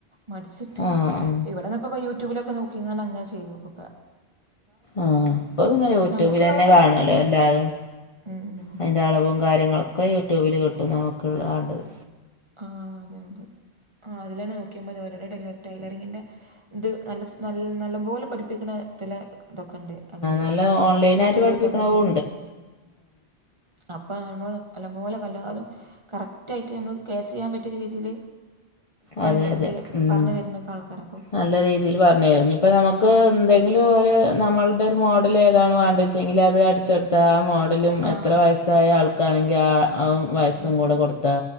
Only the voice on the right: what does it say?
മടിച്ചിട്ട്
ഇവിടെന്ന് ഇപ്പോ യൂട്യൂബിലൊക്കെ നോക്ക് ഇങ്ങാണ്ട് അങ്ങനെ ചെയ്തു ക്കു പ്പ
നമുക്കുള്ളതൊക്കെ
അടിക്കും
ആ അതെ അതെ ആ അതിലാണ് നോക്കിയ മതി ഓരടെട ടൈലറിങ്ങിൻ്റെ ഇത് നല്ല നല്ല നല്ല പോലെ പഠിപ്പിക്കണതിലെ ഇതൊക്കെ ഉണ്ട് അതില്
യൂട്യൂബേഴ്സൊക്കെ
ഉണ്ട്. അപ്പം നമ്മൾ നല്ലപോലെ എല്ലാതും കറക്റ്റായിട്ട് നമ്മൾ -- ക്യാച്ച് ചെയ്യാൻ പറ്റിയ രീതിയിൽ പെട്ട്
എന്നച്ചൽ
പറഞ്ഞു തരുന്നാൽക്കര
ആ
അതെ
അതെ